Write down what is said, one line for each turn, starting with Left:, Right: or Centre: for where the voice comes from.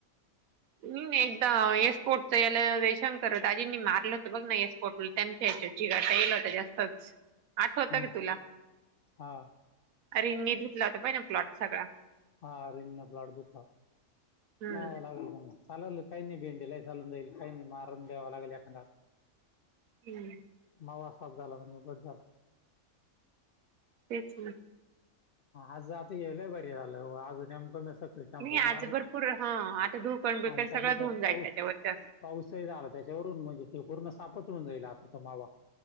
Right: नाही एकदा येसपोर्टचा याला जयशंकर हो आजींनी मारलं होत बघ ना ए स्पोर्ट त्यांच्या चची गाता येईल होता जास्तच आठवत
Left: हम्म
Right: का तुला
Left: हा
Right: रिंनणी धुतला होता पाहि ना प्लॉट सगळा.
Left: हा रिंग न प्लाट दत हा
Right: हम्म
Left: लागल. ला ल काही नाही भें ल सल काही नाही मारून देवालागेल ऎकदा
Right: हम्म.
Left: मावा साफ झाला म्हणजे बस झालं.
Right: तेच ना.
Left: आज आता गेलय बरी झालं आज नेमकं नसत. स शमपू
Right: नाही
Left: मारला.
Right: आज भरपूर हा आता धुळकण बिळकण
Left: आणि त्यातले
Right: सगळं धुऊन
Left: त्यात
Right: जाईल
Left: पाऊ
Right: त्याच्यावरच्या
Left: पाऊसही झाला त्या त्याच्यावरून म्हणजे तो पूर्ण सापहूण जाईल आता तो मावा